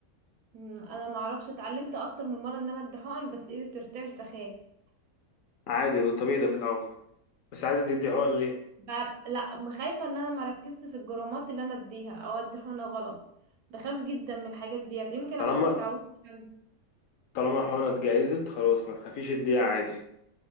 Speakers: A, on the right (about 80°); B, on the left (about 70°).
A: مم، انا ما اعرفش اتعلمت اكتر من مره ان انا ادي حقن بس ايدي بترتعش بخاف
B: عادي ده طبيعي ده في الأول بس عايز تدي
A: و...
B: حقن ليه
A: ب... لا خايفه ان انا ما ركزش في الجرامات اللي انا اديها او ادي حقنه غلط بخاف جدا من الحاجات ديت يمكن
B: طالما
A: عشان ما اتعودتش عن-
B: طالما الحقنة اتجهزت خلاص ما تخافيش اديها عادي